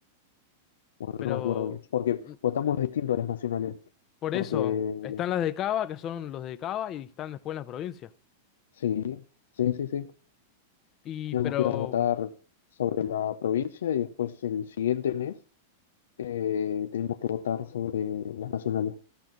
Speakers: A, on the left (about 85°); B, on the left (about 30°).
A: Bueno,
B: Pero
A: no me acuerdo bien. Porque
B: mm,
A: votamos distinto a las nacionales.
B: por
A: Porque
B: eso, están las de Cava, que son los de Cava, y están después en las provincias.
A: sí, sí, sí, sí.
B: Y
A: Teníamos
B: pero,
A: que ir a votar sobre la provincia y después el siguiente mes eh, tenemos que votar sobre las nacionales.